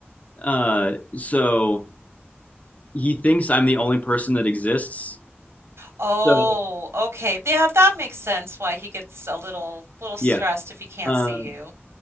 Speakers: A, on the left; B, on the right.
A: uh, so he thinks I'm the only person that exists.
B: Oh,
A: So
B: okay. Yeah, that makes sense why he gets a little little stressed
A: yeah,
B: if he can't
A: uh,
B: see you.